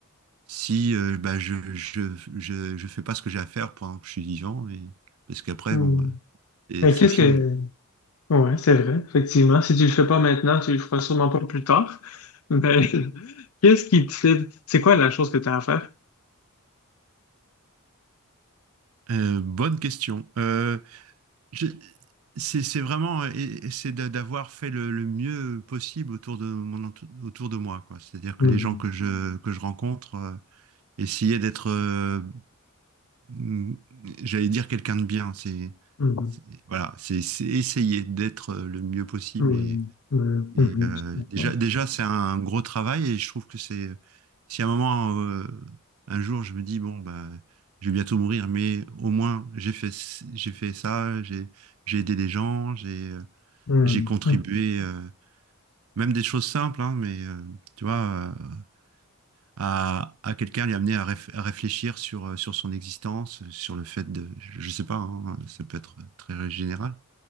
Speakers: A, on the right; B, on the left.
A: si euh, bah je, je je je fais pas ce que j'ai à faire pendant que je suis vivant et parce qu'après
B: Hmm.
A: bon bah, et
B: Mais
A: c'est
B: qu'est-ce
A: fini.
B: que... Ouais, c'est vrai, effectivement. Si tu le fais pas maintenant, tu le feras sûrement pas plus tard. Mais <laughs> qu'est-ce qui te fait... C'est quoi la chose que tu as à faire?
A: Euh, bonne question. Euh, Je- C'est c'est vraiment, et- et c'est d'a- d'avoir fait le, le mieux possible autour de mon entou- autour de moi, quoi. C'est-à-dire
B: Hmm,
A: que les gens que je que je rencontre, euh, essayer d'être, euh, mm, j'allais dire quelqu'un de bien. C'est
B: hmm,
A: c'est- voilà, c'est c'est essayer d'être euh, le mieux possible
B: hmm,
A: et
B: hmm, hmm, hmm,
A: euh,
B: je comprends.
A: déjà, déjà, c'est un gros travail et je trouve que c'est, si à un moment, euh, un jour, je me dis bon bah, je vais bientôt mourir, mais au moins j'ai fait, c- j'ai fait ça, j'ai, j'ai aidé des gens, j'ai, euh,
B: Hmm,
A: j'ai contribué,
B: hmm,
A: euh, même des choses simples, hein, mais euh, tu vois, euh, à, à quelqu'un lui amener à, réf- à réfléchir sur euh, sur son existence, sur le fait de, je, je sais pas, hein, ça peut être très général,